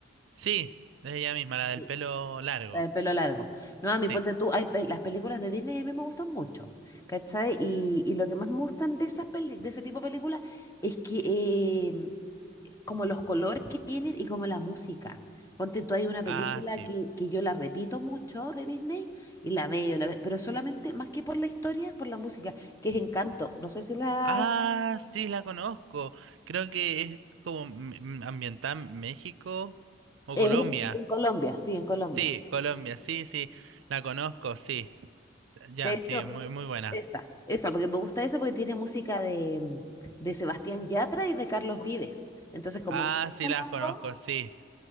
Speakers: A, on the right (about 80°); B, on the left (about 15°).
A: sí, es ella misma, la del
B: Sí.
A: pelo largo.
B: La del pelo largo. No, a mí
A: Sí.
B: ponte tú, hay pe- las películas de Disney a mí me gustan mucho, ¿cachai? Y, y lo que más me gustan de esas peli- de ese tipo de películas es que em, como los colores que tienen y como la música. Ponte tú, hay una película
A: Ah, sí.
B: que, que yo la repito mucho de Disney y la veo, la veo, pero solamente más que por la historia, por la música, que es Encanto. No sé si la...
A: Ah, sí, la conozco. Creo que es como m- m- ambientada en México o
B: Es
A: Colombia.
B: en en Colombia, sí, en Colombia.
A: Sí, Colombia, sí, sí, la conozco, sí. Ya,
B: De hecho,
A: sí, es muy, muy buena.
B: Esa, esa, porque me gusta esa porque tiene música de, mm, de Sebastián Yatra y de Carlos Vives. Entonces, como
A: Ah,
B: me gustan
A: sí, la
B: los
A: conozco,
B: dos,
A: sí.